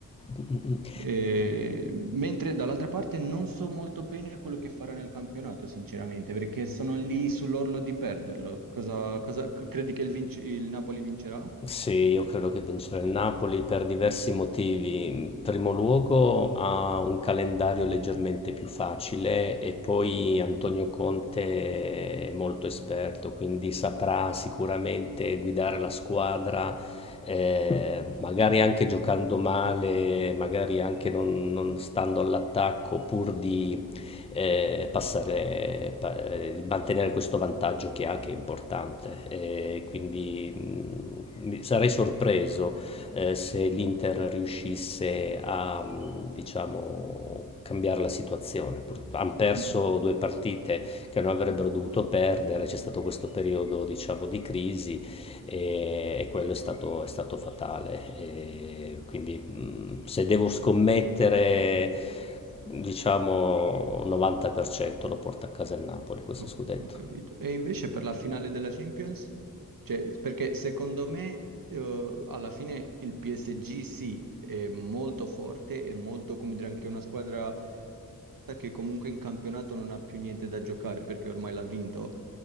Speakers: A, on the left; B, on the right.
A: <laughs>
B: Eh, mentre dall'altra parte non so molto bene quello che farà nel campionato, sinceramente, perché sono lì sull'orlo di perderlo. Cosa, cosa- c- credi che il, vinci- il Napoli vincerà?
A: Sì, io credo che vincerà il Napoli per diversi motivi. In primo luogo ha un calendario leggermente più facile e poi Antonio Conte è molto esperto, quindi saprà sicuramente guidare la squadra, eh, magari anche giocando male, magari anche non, non stando all'attacco, pur di eh, passare, pa- eh, mantenere questo vantaggio che ha, che è importante. E quindi mh, mi- sarei sorpreso eh, se l'Inter riuscisse a, mh, diciamo, cambiare la situazione. Hanno perso
B: Mm,
A: due partite che non avrebbero dovuto perdere, c'è stato questo periodo, diciamo, di crisi e, e quello è stato, è stato fatale. E quindi mh, se devo scommettere, diciamo 90% lo porta a casa il Napoli questo
B: ho,
A: scudetto.
B: ho capito. E invece per la finale della Champions? Cioè, perché secondo me, eh, alla fine il PSG sì, è molto forte, è molto, come dire, anche una squadra che comunque in campionato non ha più niente da giocare perché ormai l'ha vinto.